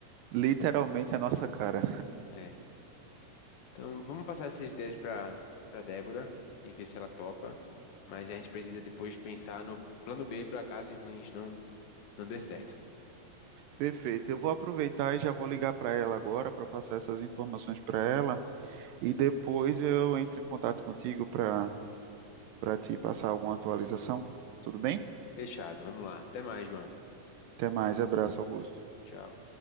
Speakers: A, on the right; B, on the left.
A: literalmente a nossa cara.
B: É. Então vamos passar essas ideias pra, pra Débora e ver se ela topa. Mas a gente precisa depois pensar no plano B para caso ruins não, não dê certo.
A: Perfeito. Eu vou aproveitar e já vou ligar para ela agora para passar essas informações para ela e depois eu entro em contato contigo para para te passar alguma atualização. Tudo bem?
B: Fechado, vamos lá. Até mais, João.
A: Até mais. Abraço, Augusto.
B: Tchau.